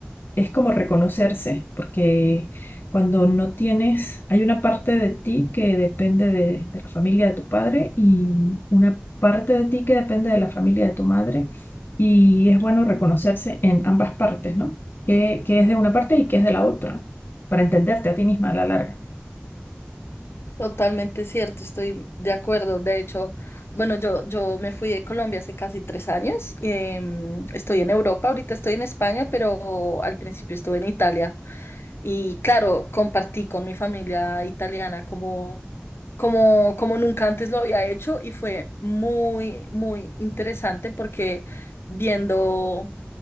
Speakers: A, on the left; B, on the left.
A: es como reconocerse, porque cuando no tienes, hay una parte de ti que depende de, de la familia de tu padre y una parte de ti que depende de la familia de tu madre. Y es bueno reconocerse en ambas partes, ¿no? Que, que es de una parte y que es de la otra, para entenderte a ti misma a la larga.
B: totalmente cierto, estoy de acuerdo. De hecho, bueno, yo, yo me fui de Colombia hace casi tres años. em, estoy en Europa, ahorita estoy en España, pero al principio estuve en Italia. Y claro, compartí con mi familia italiana como, como, como nunca antes lo había hecho y fue muy, muy interesante porque viendo,